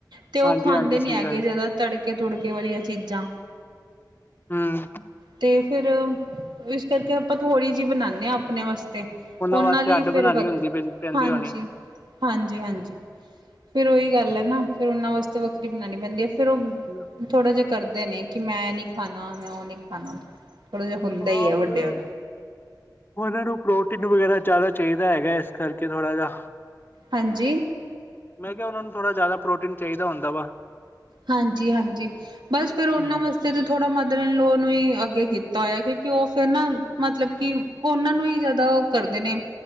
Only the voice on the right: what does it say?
ਤੇ ਉਹ
ਖਾਂਦੇ
ਨੀ ਹੈਗੇ
ਜਾਦਾ ਤੜਕੇ, ਤੁੜਕੇ ਵਾਲੀਆਂ ਚੀਜ਼ਾਂ
ਤੇ ਫੇਰ ਵੀ ਇਸ ਕਰਕੇ ਆਪਾਂ ਥੋੜ੍ਹੀ ਜਿਹੀ ਬਣਾਦੇ ਹਾਂ ਆਪਣੇ ਵਾਸਤੇ। ਉਹਨਾਂ
ਲਈ
ਫੇਰ
ਵ
ਹਾਂਜੀ,
ਹਾਂਜੀ, ਹਾਂਜੀ। ਫੇਰ ਉਹੀ ਗੱਲ ਹੈ ਨਾ, ਫੇਰ ਉਹਨਾਂ ਵਾਸਤੇ ਵੱਖਰੀ ਬਣਾਣੀ ਪੈਂਦੀ ਹੈ ਫੇਰ ਔਹ
ਥੋੜਾ ਜਿਹਾ ਕਰਦੇ ਨੇ ਕਿ ਮੈਂ ਏਹ ਨੀ ਖਾਣਾ ਮੈਂ ਉਹ ਨੀ ਖਾਣਾ ਥੋੜਾ ਜਿਹਾ ਹੁੰਦਾ
ਹੀ ਹੈ ਵੱਡਿਆਂ
ਹਾਂਜੀ
ਹਾਂਜੀ ਹਾਂਜੀ ਬਸ ਫਿਰ ਉਹਨਾਂ
ਵਾਸ ਤੇ ਥੋੜਾ ਮਦਰ ਇਨ ਲੋਅ ਨੂੰ ਹੀ ਅੱਗੇ ਕੀਤਾ ਹੋਇਆ ਕਿਉਂਕਿ ਉਹ ਫਿਰ ਨਾ ਮਤਲਬ ਕਿ ਉਨਾਂ ਨੂੰ ਹੀ ਜ਼ਿਆਦਾ ਕਰਦੇ ਨੇ